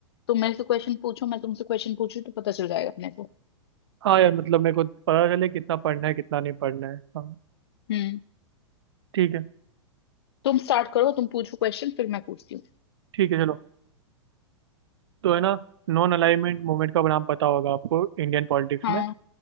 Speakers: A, on the left; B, on the right.
A: तुम मेरे से क्वेश्चन पूछो मैं तुमसे क्वेश्चन पूछूं तो पता चल जाएगा अपने को
B: हाँ यार मतलब मेरे को पता चले कितना पढ़ना है कितना नहीं पढ़ना है हाँ
A: हम्म
B: ठीक है
A: तुम स्टार्ट करो तुम पूछो क्वेश्चन फिर मैं पूछती हूँ
B: ठीक है चलो तो है ना नॉन अलाइनमेंट मूवमेंट का नाम पता होगा आपको इंडियन पॉलिटिक्स
A: हाँ
B: में